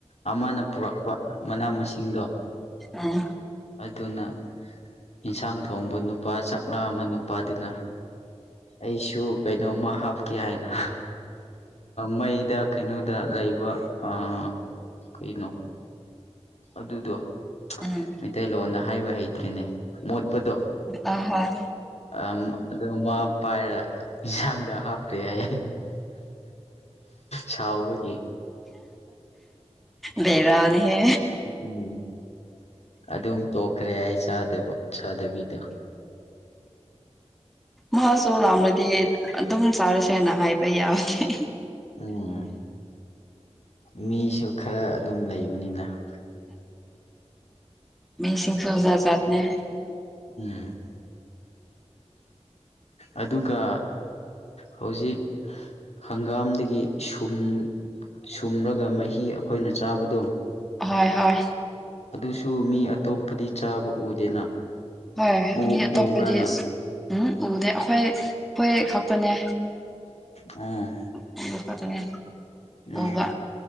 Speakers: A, on the left; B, in the centre.
A: ꯑꯃꯅ ꯄꯨꯔꯛꯄ ꯃꯅꯥ ꯃꯁꯤꯡꯗꯣ
B: ꯎꯝ
A: ꯑꯗꯨꯅ ꯢꯟꯁꯥꯡ ꯊꯣꯡꯕ ꯅꯨꯄꯥ ꯆꯥꯛ ꯂꯥꯝꯕꯥ ꯅꯨꯄꯥꯗꯨꯅ ꯑꯩꯁꯨ ꯀꯩꯅꯣꯝꯃ ꯍꯥꯞꯀꯦ ꯍꯥꯏꯅ ꯃꯩꯗ ꯀꯩꯅꯣꯗ ꯂꯩꯕ ꯑꯥ ꯀꯩꯅꯣ ꯑꯗꯨꯗꯣ
B: ꯎꯝ
A: ꯃꯩꯇꯩꯂꯣꯟꯗ ꯍꯥꯏꯕ ꯍꯩꯇ꯭ꯔꯦꯅꯦ ꯃꯣꯠꯄꯗꯣ
B: ꯎꯝ
A: ꯑ ꯑꯗꯨ ꯃꯥ ꯄꯥꯏꯔ ꯢꯟꯁꯥꯡꯗ ꯍꯥꯞ ꯄꯦ ꯍꯥꯢꯌꯦ ꯁꯥꯎꯕꯒꯤ
B: ꯕꯦꯔꯥꯅꯤꯍꯦ
A: ꯎꯝ ꯑꯗꯨꯝ ꯇꯣꯛꯈ꯭ꯔꯦ ꯑꯩ ꯆꯥꯗꯕ ꯆꯥꯗꯕꯤꯗ
B: ꯃꯍꯥꯛꯁꯨ ꯌꯥꯝꯔꯗꯤ ꯑꯗꯨꯝ ꯆꯥꯔꯁꯦꯅ ꯍꯥꯏꯕ ꯌꯥꯕꯅꯦ
A: ꯎꯝ ꯃꯤꯁꯨ ꯈꯔ ꯑꯗꯨꯝ ꯂꯩꯕꯅꯤꯅ <unintelligible>
B: ꯃꯤꯁꯤꯡꯁꯨ ꯖꯥꯠ ꯖꯥꯠꯅꯦ
A: ꯎꯝ ꯑꯗꯨꯒ ꯍꯧꯖꯤꯛ ꯍꯪꯒꯥꯝꯗꯒꯤ ꯁꯨꯝ ꯁꯨꯝꯔꯒ ꯃꯍꯤ ꯑꯩꯈꯣꯏꯅ ꯆꯥꯕꯗꯣ
B: ꯍꯣꯏ ꯍꯣꯏ
A: ꯑꯗꯨꯁꯨ ꯃꯤ ꯑꯇꯣꯞꯄꯗꯤ ꯆꯥꯕ ꯎꯗꯦꯅ
B: ꯍꯣꯏ
A: ꯎ
B: ꯃꯤ ꯑꯇꯣꯞꯄꯗꯤ
A: ꯎꯕ꯭ꯔꯥ ꯅꯪ
B: ꯎꯝ ꯎꯗꯦ ꯑꯩꯈꯣꯏ ꯑꯩꯈꯣꯏ ꯈꯛꯇꯅꯦ
A: ꯑꯣ
B: <unintelligible> ꯈꯛꯇꯅꯦ
A: ꯎꯝ
B: ꯎꯕ